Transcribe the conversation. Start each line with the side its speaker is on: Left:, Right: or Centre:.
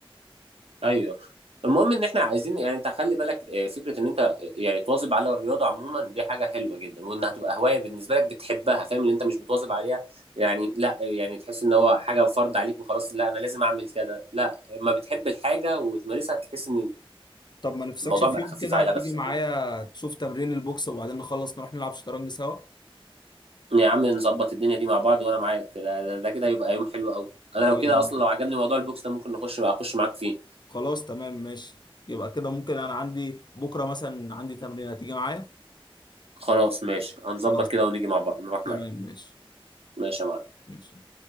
Right: ايوه المهم ان احنا عايزين يعني انت خلي بالك آه، فكره ان انت آه، يعني تواظب على الرياضه عموما دي حاجه حلوه جدا وانها تبقى هوايه بالنسبه لك بتحبها فاهم اللي انت مش بتواظب عليها يعني لا آه، يعني تحس ان هو حاجه فرض عليك وخلاص لا انا لازم اعمل كده لا ما بتحب الحاجه وتمارسها تحس ان
Left: طب ما نفسكش
Right: الموضوع
Left: في
Right: بقى
Left: يوم
Right: خفيف
Left: كده
Right: على
Left: تيجي
Right: نفسك
Left: معايا
Right: يعني
Left: تشوف تمرين البوكس وبعدين نخلص نروح نلعب شطرنج سوا
Right: يا عم نظبط الدنيا دي مع بعض وانا معاك ده, ده, ده كده يبقى يوم حلو قوي انا
Left: اه
Right: لو كده
Left: يعني
Right: اصلا لو عجبني موضوع البوكس ده ممكن نخش بقى اخش معاك فيه
Left: خلاص تمام ماشي يبقى كده ممكن انا عندي بكره مثلا عندي تمرين هتيجي معايا
Right: خلاص ماشي هنظبط
Left: خلاص
Right: كده ونيجي مع بعض نروح
Left: تمام
Right: معاك
Left: ماشي
Right: ماشي يا معلم
Left: ماشي